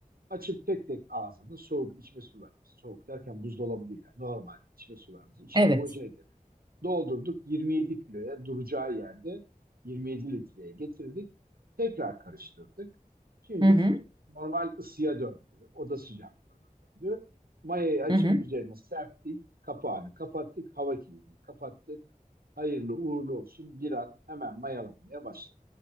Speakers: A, on the right; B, on the right.
A: Açıp tek tek ağzını soğuk içme sularımız, soğuk derken buzdolabı değil yani normal içme sularımızı içine
B: Evet.
A: boca edelim. Doldurduk 27 kiloya duracağı yerde 27 litreye getirdik. Tekrar karıştırdık. Şimdi
B: Hı hı,
A: normal ısıya döndü. Oda sıcaklığına döndü. Mayayı açıp
B: hı hı.
A: üzerine serptik. Kapağını kapattık. Hava kilidini kapattık. Hayırlı uğurlu olsun. Bir an hemen mayalanmaya başladı.